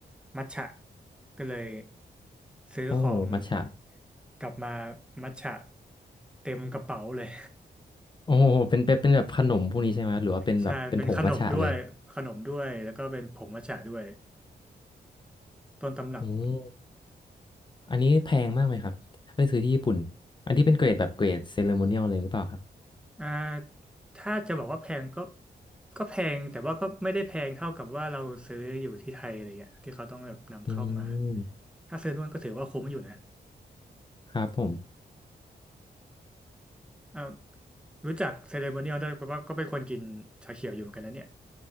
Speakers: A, in the centre; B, on the left.
A: มัทฉะก็เลยซื้อของ
B: โอ้มัทฉะ
A: กลับมามัทฉะเต็มกระเป๋าเลย
B: โอ้เป็นเป็นเป็นแบบขนมพวกนี้ใช่ไหมครับหรือว่าเป็นแบบเป็นผงมัทฉะเลย
A: <laughs> ใช่เป็นขนมด้วยขนมด้วยแล้วก็เป็นผงมัทฉะด้วยต้นตำรับ
B: อืมอันนี้แพงมากไหมครับถ้าไปซื้อที่ญี่ปุ่นอันที่เป็นเกรดแบบเกรดเซเลโมเนียลเลยหรือเปล่าครับ
A: อ่าถ้าจะบอกว่าแพงก็ก็แพงแต่ว่าก็ไม่ได้แพงเท่ากับว่าเราซื้ออยู่ที่ไทยอะไรเงี้ยที่เขาต้องแบบนำเข้ามา
B: อืม
A: ถ้าซื้อนู่นก็ถือว่าคุ้มอยู่นะ
B: ครับผม
A: อ่ารู้จักเซเลโมเนียลด้วยเพราะว่าก็เป็นคนกินชาเขียวอยู่เหมือนกันนะเนี่ย